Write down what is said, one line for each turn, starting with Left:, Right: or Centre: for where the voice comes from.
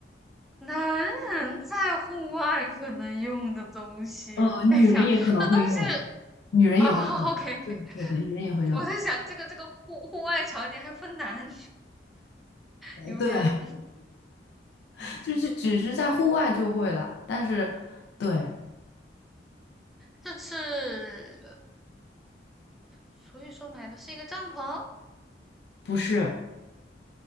Centre: 男人在户外可能用的东西。
Left: 呃，女人也可能会用，
Centre: 等一下，那东西
Left: 女人也会用，
Centre: 啊、o k OK，
Left: 对对对，
Centre: <laughs>
Left: 女人也会用，
Centre: 我在想这个这个户户外场景还分男，有点，
Left: 对，<laughs>
Centre: 嗯
Left: 就是只是在户外就会了，但是对，
Centre: 这是所以说买的是一个帐篷
Left: 不是，